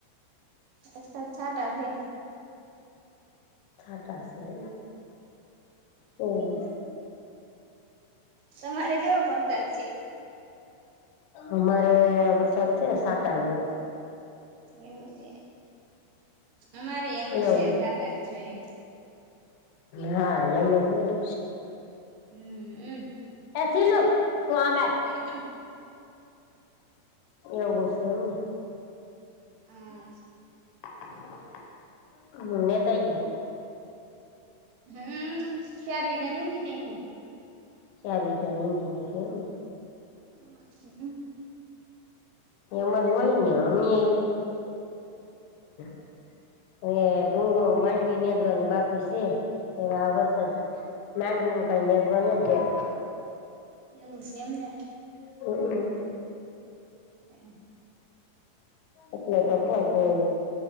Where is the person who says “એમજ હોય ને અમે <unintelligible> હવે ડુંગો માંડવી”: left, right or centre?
Left